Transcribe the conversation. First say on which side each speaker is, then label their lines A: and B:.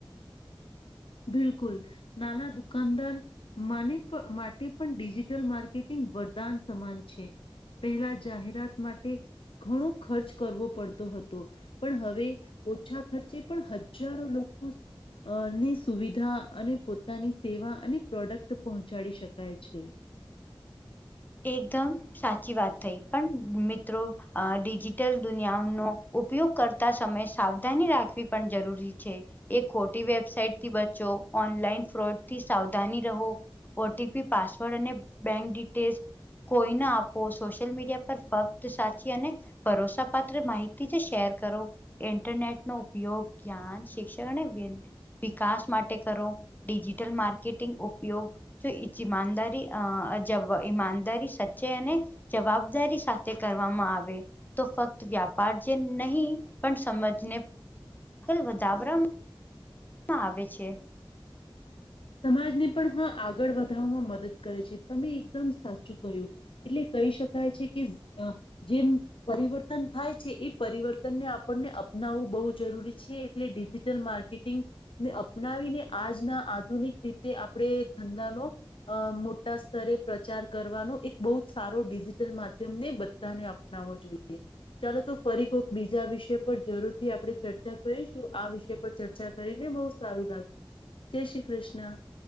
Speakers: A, on the left; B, on the left.
A: બિલકુલ, નાના દુકાનદાર માનીપ માટે પણ ડિજિટલ માર્કેટિંગ વરદાન સમાન છે. પહેલા જાહેરાત માટે ઘણો ખર્ચ કરવો પડતો હતો. પણ હવે ઓછા ખર્ચે પણ હજારો લોકો અ નેસ સુવિધા અને પોતાની સેવા અને પ્રોડક્ટ પહોંચાડી શકાય છે.
B: એકદમ સાચી વાત થઈ પણ મિત્રો અ ડિજિટલ દુનિયાનો ઉપયોગ કરતા સમયે સાવધાની રાખવી પન જરૂરી છે, એક ખોટી વેબસાઇટ થી બચો ઓનલાઈન ફ્રોડ થી સાવધાની રહો. ઓટીપી, પાસવર્ડ અને બેંક ડિટેલ્સ કોઈ ના આપો સોશ્યલ મીડિયા પર ફક્ત સાચી અને ભરોસાપાત્ર માહિતી જ શેર કરો. ઇન્ટરનેટ નો ઉપયોગ જ્ઞાન, શિક્ષણ અને વેન વિકાસ માટે કરો ડિજિટલ માર્કેટિંગ ઉપયોગ જો ઇચ ઈમાનદારી અ જબ ઈમાન દારી સાચ્ચે અને જવાબદારી સાથે કરવામાં આવે. તો ફક્ત વ્યાપાર જે નહીં પન સમજને ફલ વધાવરામ માં આવે છે.
A: સમાજને પણ હા આગળ વધાવામાં મદદ કરે છે તમે એકદમ સાચું કહ્યું. એટલે કહી શકાય છે કે અ જેમ પરિવર્તન થાય છે એ પરિવર્તનને આપણને અપનાવવું બઉ જરૂરી છે એટલે ડિજિટલ માર્ક ર્કેટિંગ ને અપનાવીને આજના આધુનિક રીતે આપણે ધંધાનો અ મોટા સ્તરે પ્રચાર કરવાનો એક બઉ જ સારો ડિજિટલ માધ્યમને બધાને આપ નાવો જોઈએ. ચાલો તો ફરી કોક બીજા વિષય પર જરૂરથી આપડે ચર્ચા કરીશું આ વિષ પર ચર્ચા કરીને બઉ સારું લાગ્યું જય શ્રી કૃષ્ણ.